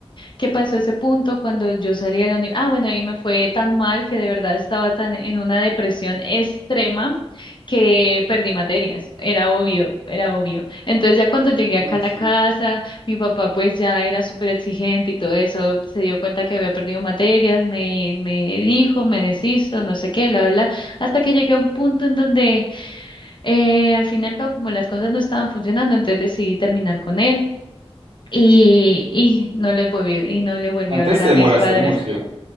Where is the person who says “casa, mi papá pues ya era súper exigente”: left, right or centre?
Left